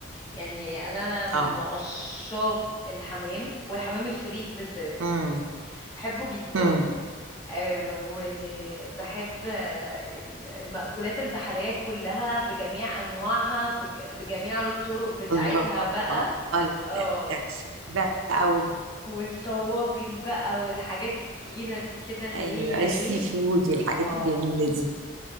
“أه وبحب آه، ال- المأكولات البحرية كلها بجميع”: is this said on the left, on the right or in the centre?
Left